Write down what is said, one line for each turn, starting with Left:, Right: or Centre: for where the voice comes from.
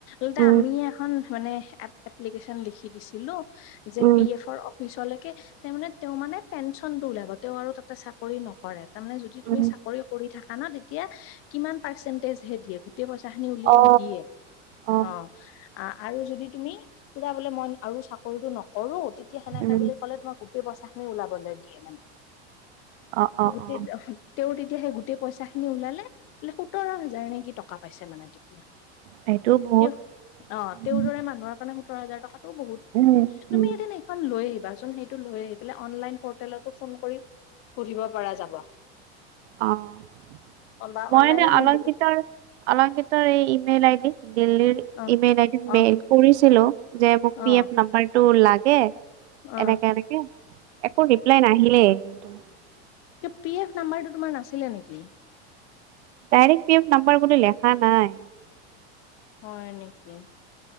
Left: উল্টাই
Right: উম
Left: আমিয়ে এখন মানে এ- এপ্লিকেশচন লিখি দিছিলো। যে
Right: উম
Left: পি এফৰ অফিচলে তেওঁ মানে- তেওঁ মানে পেঞ্চন টো উলাব তেওঁ আৰু তাতে চাকৰি নকৰে। তাৰমানে যদি তুমি
Right: উম
Left: চাকৰি কৰি থাকা না তেতিয়া কিমান পাৰ্চেন্টেজ হে দিয়ে গোটেই পইচা খিনি উলিয়াই
Right: অ
Left: নিদিয়ে।
Right: অ
Left: অহ আ, আৰু যদি তুমি পুৰা বোলে মই আৰু চাকৰিটো নকৰো তেতিয়া সেনেকে
Right: উম
Left: বুলি ক'লে তোমাৰ গোটে পইচা খিনি ওলাবলৈ দিয়ে মানে।
Right: অ', - অ', - অ',।
Left: <unintelligible> তেওঁ দিন তেতিয়া সেই গোটেই পইচা খিনি ওলালে বোলে সোতৰ -হাজাৰ নেকি টকা পাইছে মানে তেতিয়া।
Right: সেইটো বহুত
Left: তেওঁ অহ তেওঁৰ
Right: উম
Left: দৰে মানুহৰ কাৰণে সোতৰ হাজাৰ টকা ত' বহুত
Right: উম
Left: তুমি
Right: উম
Left: এদিন হেখন লৈ আহিবা <unintelligible> সেইটো লৈ আহি পেলাই অনলাইন পৰ্টেলতো ফোন কৰি সুধিব পৰা যাব।
Right: অ',
Left: বা
Right: মই
Left: অনলাইনত
Right: এনে অলংকিতাৰ
Left: নুসুধি
Right: -অলংকিতাৰ এই ইমেইল আইডি দিল্লীৰ
Left: অ
Right: ইমেইল আইডিত
Left: অ
Right: মেইল কৰিছিলো যে মোক
Left: অ
Right: পি এফ নাম্বাৰটো লাগে
Left: অ
Right: এনেকে -এনেকে একো ৰিপ্লাই নাহিলেই কিন্তু
Left: টো পি এফ নাম্বাৰটো তোমাৰ নাছিলে নেকি?
Right: ডাইৰেক্ট পি এফ নাম্বাৰ কোনো লেখা নাই।
Left: হয় নেকি।